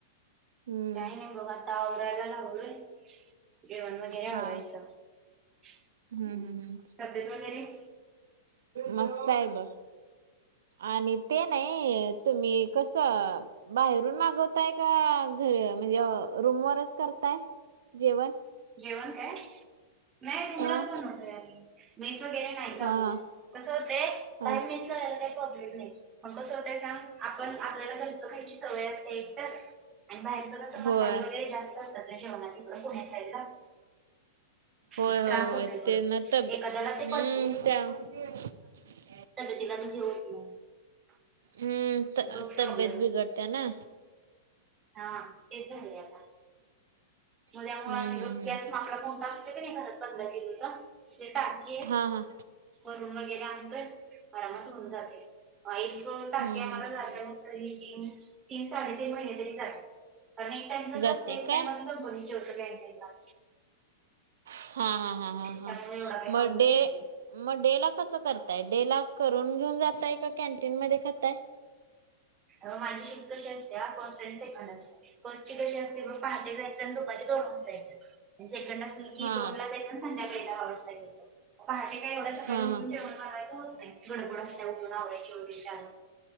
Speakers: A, on the right (about 85°); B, on the right (about 20°).
A: हम्म
B: काय नाही बघ आता आवरायला लावलय. जेवण वगैरे आवरायच.
A: हा
B: हं.
A: हम्म हम्म
B: तब्येत वगैरे-
A: मस्त आहे बघ. आणि ते नाही- अ तुम्ही कस- बाहेरून मागवताय का? घर म्हणजे रूमवरच करताय? जेवण.
B: जेवण काय? नाही रूमलाच
A: हा
B: बनवतेय. मेस वगैरे- नाही लावली.
A: हा
B: कस होतय
A: हा
B: बाहेर <unintelligible> बरोबर नाही. मग कस होतय सांग? आपण आपल्याला घर च खायची सवय असते एक तर- आणि बाहेरच कस
A: होय
B: मसाले वगैरे जास्त असतात. जेवणात तिकडं पुण्या साईडला.
A: होय
B: मग ते
A: होय
B: त्रास
A: होय.
B: होतोय थोडं
A: ते ना तब्ब्येत,
B: एखाद्याला ते
A: हम्म. त्या-
B: तर तिला त हे होत नाही.
A: हम्म.
B: तोच
A: तब्ब्येत
B: प्रॉब्लेम आहे
A: बिघडते ना?
B: हा. तेच झालय. म त्यामुळे
A: हम्म हम्म हम्म
B: गॅस आपला कोणता असते का नाही? घरात पंधरा किलोचा स्टे <unintelligible>
A: हा हा
B: वरून वगैरे आणतोय. आरामात होऊन जातय. एक टाकी
A: हम्म
B: आम्हाला
A: हम्म
B: जागेवर तरी तीन तीन साडेतीन महिने तरी जाते. कारण एक टाइमचच
A: जाते
B: असतय. एक
A: काय
B: टाइमाला कंपनी त जेवतो कँटीनला.
A: हा. हा. हा. हा. हा.
B: त्यामुळे एवढा काही
A: म
B: प्रॉब्लेम
A: डे
B: येत नाही
A: - मग डे ला कसं करताय? डे ला करून घेऊन जाताय का कॅन्टीन मध्ये खाताय?
B: माझी शिफ्ट कशी असतेया? फर्स्ट आणि सेकंड असतेया. फर्स्ट ची कशी असते म पहाटे जायच- आणि दुपारी दोन वाजता येते. सेकंड असली की
A: हा
B: दोन ला जायचं संध्याकाळी दहा वाजता यायच. पहाटे काही एवढ्या सकाळी
A: हा हा
B: उठून जेवण बनवायचं होत नाही. गडबड असतेया उठून आवरायचं-